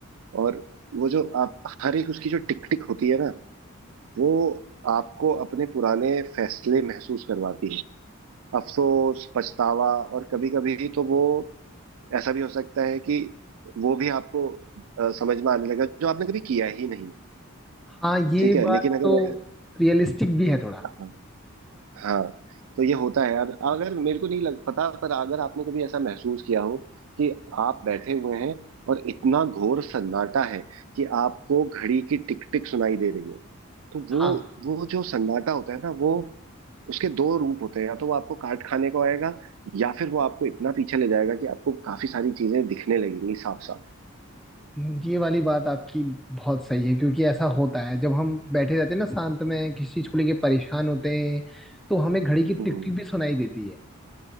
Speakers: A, on the right; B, in the centre.
A: और वो जो आप हर एक उसकी जो टिक टिक होती है ना वो आपको अपने पुराने फैसले महसूस करवाती है अफसोस पछतावा और कभी कभी तो वो ऐसा भी हो सकता है कि वो भी आपको अ, समझ में आने लगा जो आपने कभी किया ही नहीं
B: हाँ ये
A: ठीक है
B: बात
A: लेकिन अगर
B: तो रियलिस्टिक भी है थोड़ा
A: हाँ हाँ तो ये होता है अब अगर मेरे को नहीं लग पता पर अगर आपने कभी ऐसा महसूस किया हो कि आप बैठे हुए हैं और इतना घोर सन्नाटा है कि आपको घड़ी की टिक टिक सुनाई दे रही है तो वो
B: हाँ
A: वो जो सन्नाटा होता है ना वो उसके दो रूप होते हैं या तो वो आपको काट खाने को आएगा या फिर वो आपको इतना पीछे ले जाएगा कि आपको काफी सारी चीजें दिखने लगेंगी साफ साफ
B: ये वाली बात आपकी बहुत सही है क्योंकि ऐसा होता है जब हम बैठे रहते हैं ना शांत में किसी चीज को लेके परेशान होते हैं तो हमें घड़ी की टिक
A: हम्म
B: टिक भी सुनाई देती है